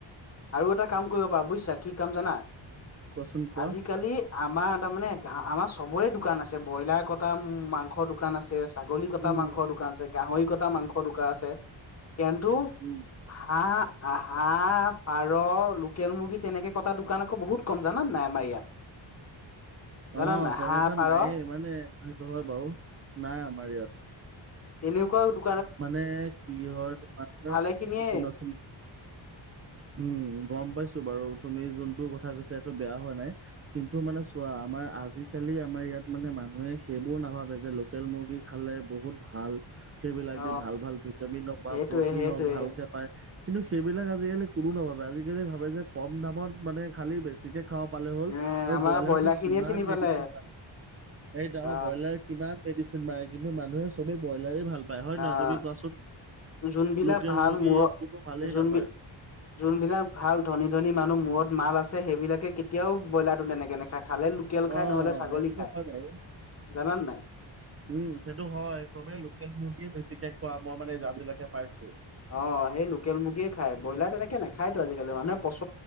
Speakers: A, on the left; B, on the right.
A: আৰু এটা কাম কৰিব পাৰা বুজিছা, কি কাম জানা?
B: কোৱাচোন কোৱা?
A: আজিকালি আমাৰ তাৰ মানে গা আমাৰ চবৰে দোকান আছে। ব্ৰইলাৰ কটা, মাংসৰ দোকান আছে ছাগলী কটা
B: উম,
A: মাংসৰ দোকান আছে, গাহৰি কটা মাংসৰ দোকান আছে। কিন্তু
B: উম,
A: হাঁহ হাঁ, পাৰ, লো কেল মুৰ্গী তেনেকে কটা দোকান আকৌ বহুত কম জানানে নাই আমাৰ ইয়াত? জানা
B: অ
A: নাই
B: তেনেকুৱা
A: হাঁহ পাৰ
B: নাইয়ে
A: অ
B: মানে, সেইটো হয় বাৰু নাই আমাৰ ইয়াত।
A: এনেকুৱাও দো
B: মানে, কি হয় তোমাৰ
A: ভালে খিনিয়ে
B: শুনাচোন? উম গম পাইছোঁ বাৰু তুমি যোনটো ক থা কৈছা এইটো বেয়া হোৱা নাই, কিন্তু মানে চোৱা আমাৰ আজি কালি আমাৰ ইয়াত মানে মানুহে সেইবোৰ নাভাবে, যে লোকেল মুৰ্গী খালে বহুত ভাল। সেই
A: অ
B: যদি ভাল ভাল ভিটামিন হওঁক বা
A: সেইটোৱে
B: প্ৰটিন
A: সেইটোৱে
B: হওঁক ভালকে পায়। কিন্তু সেইবিলাক আজিকালি কোনো নাভাবে। আজিকালি ভাবে যে, কম দামত মানে খালি বেছিকে খাব পালে হ'ল
A: এ
B: আৰু
A: আমাৰ
B: ব্ৰইলাৰ
A: খিনিয়ে
B: কিমান
A: চিনি পালে
B: মেডিচিন মাৰে এইটো
A: অ
B: ব্ৰইলাৰ কিমান মেডিচিন মাৰে, কিন্তু মানুহে চবেই ব্ৰইলাৰে ভাল পায় হয় নহয়?
A: অ
B: তুমি কোৱাচোন?
A: অ যোনবিলাক
B: লোকেল
A: ভাল
B: মুৰ্গী
A: মূৰো
B: কোনো ভালেই
A: যোনবি
B: নাপায়
A: যোনবিলাক ভাল ধনী ধনী মানুহ মূৰত মাল আছে, সেইবিলাকে কেতিয়াও ব্ৰইলাৰটো তেনেকে নেখায়। খালে লোকেল
B: অ',
A: খায় নহ'লে ছাগলী
B: সেইটোতো
A: খায়।
B: হয় বাৰু।
A: জানানে নাই?
B: উম সেইটো হয় চবেই লোকেল মুৰ্গীয়ে বেছিকে খোৱা মই মানে আজিলৈকে পাইছোঁ।
A: অ সেই লোকেল মুৰ্গীয়ে খায়। ব্ৰইলাৰ তেনেকে নাখায়টো আজিকালি মানুহে পচ